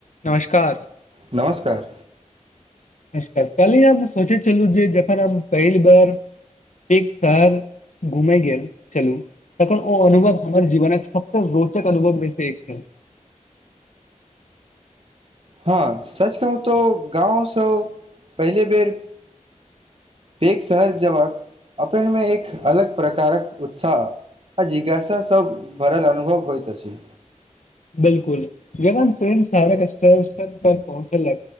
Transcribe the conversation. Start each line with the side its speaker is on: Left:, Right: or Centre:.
Left: नमस्कार
Right: नमस्कार
Left: नमस्कार काल्हि हम सोचैय छलहुं जे जखन हम पहिल बार एक शहर घूमे गेल छलू तखन ओ अनुभव हमर जीवनक सबसे रोचक अनुभव मे से एक छल <inaudible>
Right: हाँ सच कहुँ तो गाँव से पहिले बेर एक शहर जेबाक अपनमे एक अलग प्रकारक उत्साह आ जिज्ञासा सब भरल अनुभव होइत अछि
Left: बिलकुल जहन ट्रेन सारन स्टेशन पर पहुँचल लई